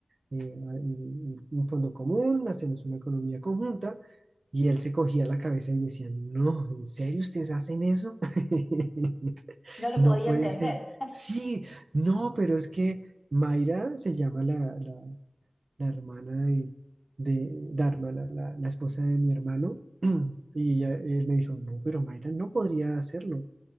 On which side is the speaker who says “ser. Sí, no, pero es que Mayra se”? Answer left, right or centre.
Right